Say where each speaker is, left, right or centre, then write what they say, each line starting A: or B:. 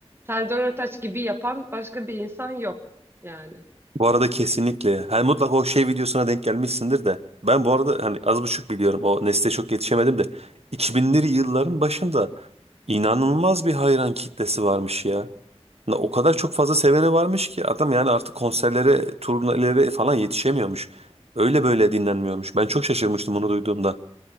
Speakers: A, on the right; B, on the right.
A: Serdar Ortaç gibi yapan başka bir insan yok yani.
B: Bu arada kesinlikle. Hani mutlaka o şey videosuna denk gelmişsindir de. Ben bu arada hani az buçuk biliyorum. O nesle çok yetişemedim de. 2000'li yılların başında inanılmaz bir hayran kitlesi varmış ya. Na- O kadar çok fazla seveni varmış ki adam yani artık konserlere, turnelere falan yetişemiyormuş. Öyle böyle dinlenmiyormuş. Ben çok şaşırmıştım onu duyduğumda.